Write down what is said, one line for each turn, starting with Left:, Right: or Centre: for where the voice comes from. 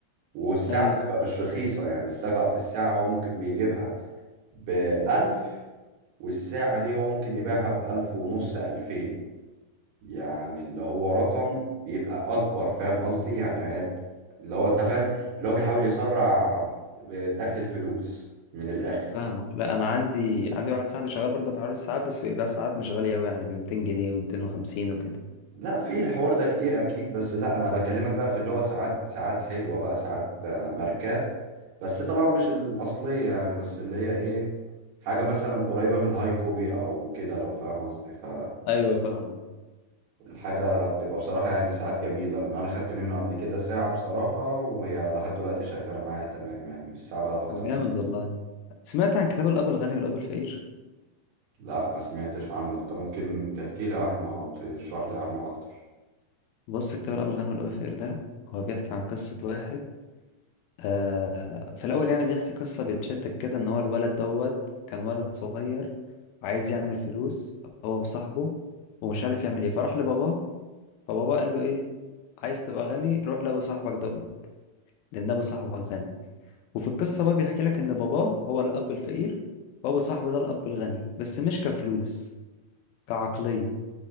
Right: والساعة
Left: أيوه
Right: بتبقى مش رخيصة يعني الساعة الساعة هو ممكن بيجيبها بألف والساعة دي هو ممكن يبيعها بألف ونص ألفين يعني اللي هو رقم بيبقى أكبر فاهم قصدي يعني هي اللي هو أنت فاهم اللي هو بيحاول يسرع دخل الفلوس من الآخر
Left: فاهمك لا أنا عندي عندي واحد صاحبي شغال برضه في حوار الساعات بس بيبيع ساعات مش غالية أوي يعني ب 200 جنيه و250 وكده
Right: لا في الحوار ده كتير أكيد بس لا أنا بكلمك بقى في اللي هو ساعات ساعات حلوة بقى ساعات آه، ماركات بس طبعا مش الأصلية يعني بس اللي هي إيه حاجة مثلا قريبة من الهاي كوبي أو كده لو فاهم قصدي ف
Left: ايوه فاهم
Right: الحاجة بتبقى بصراحة يعني ساعات جميلة لأن أنا خدت منه قبل كده ساعة بصراحة وهي لحد دلوقتي شغالة معايا تمام يعني مش ساعة بقى أكتر
Left: جامد
Right: من-
Left: والله سمعت عن كتاب الأب الغني والأب الفقير
Right: لا ما سمعتش عنه أنت ممكن تحكي لي عنه أو تشرح لي عنه أكتر
Left: بص كتاب الأب الغني والأب الفقير ده هو بيحكي عن قصة واحد آه في الأول يعني بيحكي قصة بتشدك كده إن هو الولد دوت كان ولد صغير وعايز يعمل فلوس هو وصاحبه ومش عارف يعمل إيه فراح لباباه فباباه قال له إيه عايز تبقى غني روح لأبو صاحبك ده قول لأن أبو صاحبك غني وفي القصة بقى بيحكي لك إن باباه هو الأب الفقير وأبو صاحبه ده الأب الغني بس مش كفلوس كعقلية